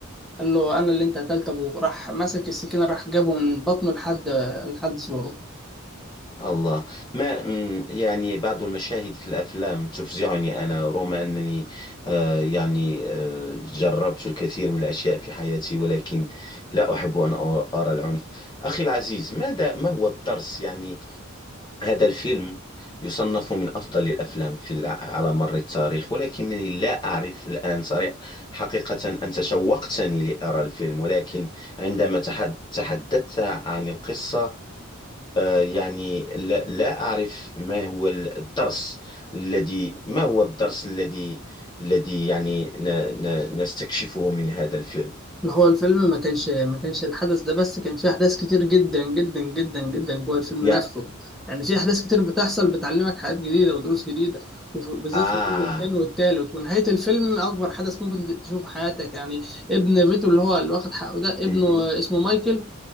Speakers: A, in the centre; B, on the left (about 20°).
A: قال له انا اللي انت قتلت ابوه راح مسك السكينة راح جابه من بطنه لحد لحد زوره
B: الله ما مم، يعني بعض المشاهد في الأفلام تفزعني أنا رغم أنني آه يعني آه جربت الكثير من الأشياء في حياتي ولكن لا أحب أن أ- أرى العنف أخي العزيز ماذا ما هو الدرس يعني هذا الفيلم يصنف من أفضل الأفلام في الع- على مر التاريخ ولكنني لا أعرف الآن صريح حقيقة أنت شوقتني لأرى الفيلم ولكن عندما تحد- تحدثت عن القصة آه، يعني لا, لا أعرف ما هو الدرس الذي ما هو الدرس الذي الذي يعني ن, ن, نستكشفه من هذا الفيلم
A: ما هو الفيلم ما كانش ما كانش الحدث ده بس كان فيه أحداث كتير جدا جدا جدا جدا جوه الفيلم
B: يعني
A: نفسه يعني في أحداث كتير بتحصل بتعلمك حاجات جديدة ودروس جديدة وبالذات
B: آه
A: في الجزء الثاني والثالث ونهاية الفيلم أكبر حدث ممكن تشوفه في حياتك يعني ابن فيتو اللي هو اللي واخد حقه ده
B: مهم.
A: ابنه اسمه مايكل